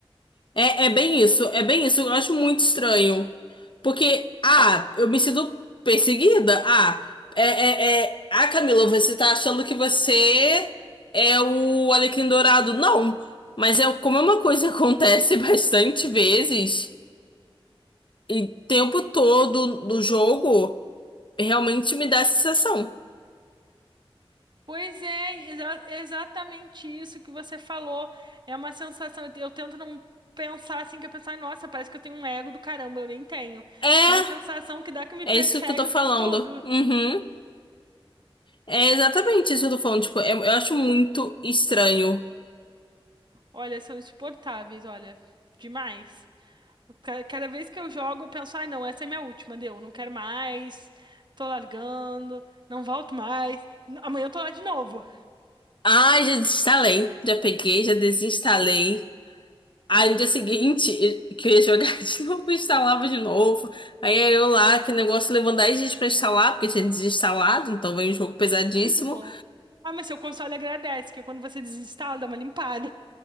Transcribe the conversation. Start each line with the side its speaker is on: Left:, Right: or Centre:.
Left: É, é bem isso, é bem isso. Eu acho muito estranho. Porque, ah, eu me sinto perseguida. Ah, é, é, é. Ah, Camila, você tá achando que você é o Alecrim Dourado. Não, mas é como é uma coisa que acontece <laughs> bastante vezes, e o tempo todo do jogo, realmente me dá essa sensação.
Right: Pois é, exa- exatamente isso que você falou. É uma sensação, eu te- eu tento não pensar assim, que eu pensar, nossa, parece que eu tenho um ego do caramba, eu nem tenho.
Left: É,
Right: Mas a sensação que dá que me persegue
Left: é isso que eu tô falando.
Right: o tempo todo.
Left: Uhum. É exatamente isso que eu tô falando. Tipo, eu eu acho muito estranho.
Right: Olha, são insuportáveis, olha, demais. Ca- Cada vez que eu jogo, eu penso, ai, não, essa é minha última, deu, não quero mais, tô largando, não volto mais, n- amanhã eu tô lá de novo.
Left: Ai, já desinstalei. Já peguei, já desinstalei. Aí no dia seguinte, <laughs> eu- que eu ia jogar <laughs> de novo, eu instalava de novo. Aí eu lá, que negócio levou 10 dias pra instalar, porque tinha desinstalado, então veio um jogo pesadíssimo.
Right: Muito bom. Ah, mas seu console agradece, que é quando você desinstala, dá uma limpada.